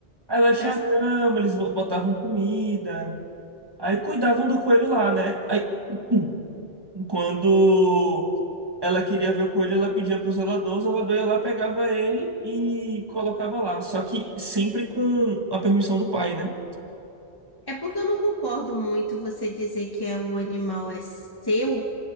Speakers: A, on the right; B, on the left.
A: Aí lá tinha
B: tá.
A: cama eles botavam comida. Aí cuidavam do coelho lá, né? Aí <clears throat> quando ela queria ver o coelho, ela pedia pro zelador, o zelador ia lá, pegava ele e colocava lá. Só que sempre com a permissão do pai, né?
B: É porque eu não concordo muito você dizer que é, o animal é seu